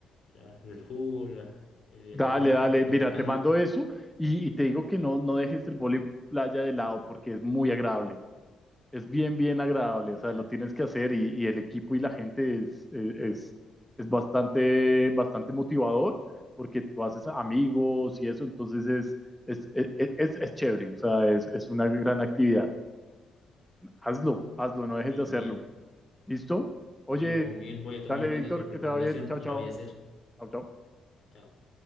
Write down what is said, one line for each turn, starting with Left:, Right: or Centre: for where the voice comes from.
Left: las- el jugo, las- el
Centre: Dale,
Left: snack,
Centre: dale.
Left: la
Centre: Mira,
Left: botana.
Centre: te mando eso y, y te digo que no, no dejes el vóley playa de lado porque es muy agradable. Es bien, bien agradable. O sea,
Left: Dale,
Centre: lo tienes que hacer y, y el equipo y la gente es, eh, es, es bastante, bastante motivador porque tú haces amigos y eso. Entonces es, es, es, es, es chévere. O sea, es, es una gran actividad. Hazlo, hazlo, no dejes
Left: genial.
Centre: de hacerlo. ¿Listo? Oye,
Left: Bueno, Miguel, voy a tomar
Centre: dale,
Left: en cuenta
Centre: Víctor,
Left: tu recomendación
Centre: que te va bien. Chao,
Left: y
Centre: chao.
Left: lo voy a hacer.
Centre: Chao, chao.
Left: Chao.